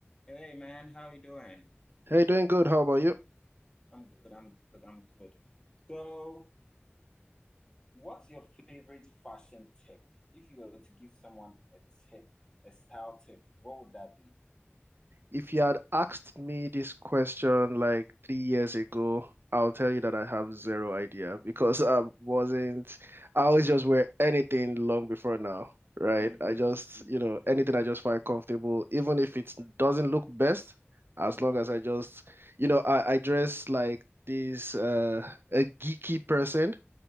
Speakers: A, on the left (about 20°); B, on the right (about 60°).
A: Hey man, how you doing?
B: Hey, doing good. How about you?
A: I'm good, I'm good, I'm good. So, what's your favorite fashion tip? If you were to give someone a tip, a style tip, what would that be?
B: If you had asked me this question like three years ago, I'll tell you that I have zero idea because I wasn't, I always just wear anything long before now, right?
A: Mm-hmm.
B: I just,
A: Yeah.
B: you know, anything I just find comfortable, even if it doesn't look best, as
A: Mm-hmm.
B: long as I just, you know, I, I dress like this, uh, a geeky person.